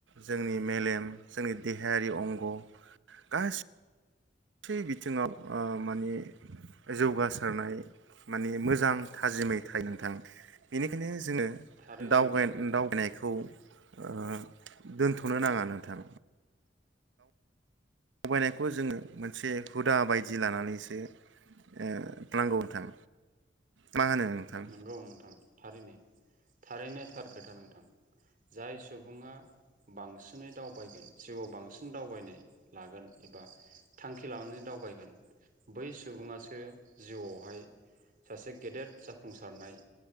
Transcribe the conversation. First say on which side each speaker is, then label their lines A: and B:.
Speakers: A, on the right; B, on the right.
A: जोंनि मेलेम जोंनि देहायारि अंग गासि थि बिथिङाव ओ माने जौगासारनाय माने मोजां थाजिमै थाइ नोंथां बेनिखायनो जोङो
B: थारैनो
A: दावगाय
B: नोंथां
A: दावबायनायखौ ओ दोनथ'नो नाङा नोंथां दावबायनायखौ जोङो मोनसे हुदा बायदि लानानैसो ओ नांगौ नोंथां मा होनो नोंथां
B: नंगौ नोंथां थारैनो थारैनो थार खोथा नोंथां जाय सुबुङा बांसिनै दावबायगोन जिउआव बांसिन दावबायनाय लागोन एबा थांखि लानानै दावबायगोन बै सुबुङासो जिउआवहाय सासे गेदेर जा फुंसारनाय